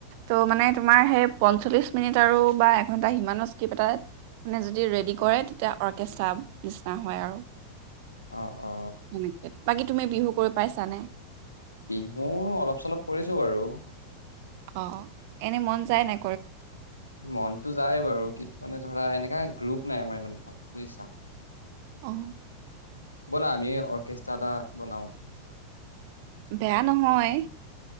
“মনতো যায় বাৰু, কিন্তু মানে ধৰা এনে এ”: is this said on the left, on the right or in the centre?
Left